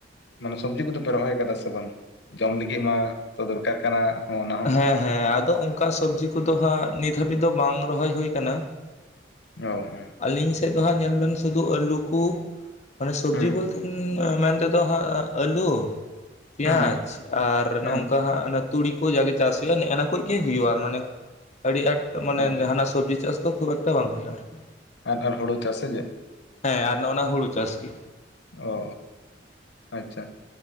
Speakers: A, on the left; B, on the left.
A: ᱢᱟᱱᱮ ᱥᱚᱵᱽᱡᱤ ᱠᱚᱫᱚ ᱯᱮ ᱨᱚᱦᱚᱭ ᱠᱟᱫᱟ ᱥᱮ ᱵᱟᱝ ᱜᱟᱢ ᱞᱤᱜᱤᱫ ᱢᱟ ᱛᱚ ᱫᱚᱨᱠᱟᱨ ᱠᱟᱱᱟ ᱚᱱᱟ ᱦᱚᱸ ᱾
B: ᱦᱮᱸ ᱦᱮᱸ ᱟᱫᱚ ᱚᱝᱠᱟ ᱥᱚᱵᱽᱡᱤ ᱠᱚᱫᱚ ᱦᱟᱸᱜ ᱱᱤᱛ ᱦᱟᱹᱵᱤᱡ ᱫᱚ ᱵᱟᱝ ᱨᱚᱦᱚᱭ ᱦᱳᱭ ᱠᱟᱱᱟ᱾
A: ᱚ,
B: ᱟᱹᱞᱤᱧ ᱥᱮᱫ ᱫᱚ ᱦᱟᱸᱜ ᱧᱮᱞ ᱵᱮᱱ ᱥᱩᱫᱷᱩ ᱟᱹᱞᱩ ᱠᱩ ᱢᱟᱱᱮ ᱥᱚᱵᱽᱡᱤ
A: ᱦᱩᱸ
B: ᱵᱚᱞᱛᱮ ᱢᱮᱱ ᱛᱮᱫᱚ ᱦᱟᱸᱜ ᱟᱹᱞᱩ ᱯᱮᱸᱭᱟᱡᱽ
A: ᱦᱩᱸ
B: ᱟᱨ
A: ᱦᱩᱸ
B: ᱱᱚᱝᱠᱟ ᱦᱟᱸᱜ ᱟᱱᱮ ᱛᱩᱲᱤ ᱠᱚ ᱡᱟᱜᱮ ᱪᱟᱥ ᱦᱩᱭᱩᱜᱼᱟ ᱱᱮᱜᱼᱱᱟ ᱠᱚᱡ ᱜᱮ ᱦᱩᱭᱩᱜᱼᱟ ᱢᱟᱱᱮ ᱟᱹᱰᱤ ᱟᱸᱴ, ᱢᱟᱱᱮ
A: ᱚ
B: ᱡᱟᱦᱟᱱᱟ ᱥᱚᱵᱽᱡᱤ ᱪᱟᱥ ᱛᱚ ᱠᱷᱩᱵ ᱮᱠᱴᱟ ᱵᱟᱝ ᱦᱳᱭᱳᱜ-ᱟ ᱟᱨᱠᱤ᱾
A: ᱟᱨ ᱟᱨ ᱦᱳᱲᱤ ᱪᱟᱥ ᱥᱮ ᱪᱮᱫ?
B: ᱦᱮᱸ ᱟᱨ ᱱᱚᱜ-ᱚ ᱱᱟ ᱦᱩᱲᱩ ᱪᱟᱥ ᱜᱮ᱾
A: ᱚᱻ ᱟᱪᱪᱷᱟ᱾